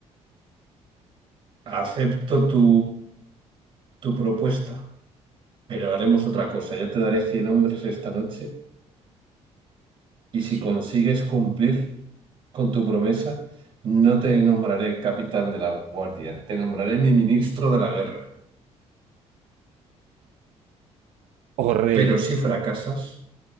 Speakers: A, on the right; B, on the right.
A: Acepto tu, tu propuesta, pero haremos otra cosa. Yo te daré 100 hombres esta noche y
B: Sí.
A: si consigues cumplir con tu promesa, no te nombraré capitán de la guardia, te nombraré mi ministro de la guerra.
B: Oh rey,
A: Pero si fracasas,